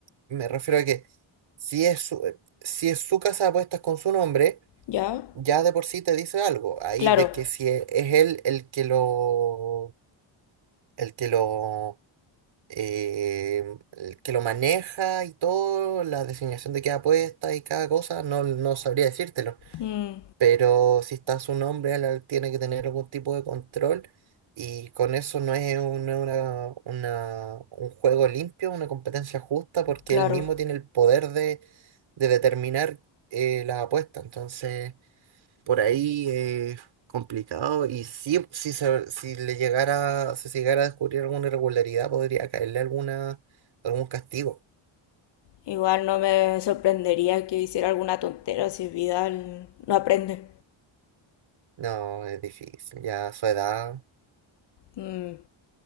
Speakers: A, on the right; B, on the left.
A: me refiero a que si es su, eh, si es su casa de apuestas con su nombre,
B: ya.
A: ya de por sí te dice algo. Ahí
B: Claro.
A: de que si es, es él el que lo, el que lo eh, el que lo maneja y todo, la designación de cada puesta y cada cosa, no, no sabría decírtelo.
B: Mm,
A: Pero si está su nombre, él tiene que tener algún tipo de control. Y con eso no es un, no es una, una- un juego limpio, una competencia justa, porque
B: claro.
A: él mismo tiene el poder de, de determinar eh, las apuestas. Entonces por ahí es complicado. Y sí, si, se- si le llegara, si se llegara a descubrir alguna irregularidad, podría caerle alguna, algún castigo.
B: Igual no me sorprendería que hiciera alguna tontera si Vidal no aprende.
A: No, es difícil. Ya a su edad
B: Mm,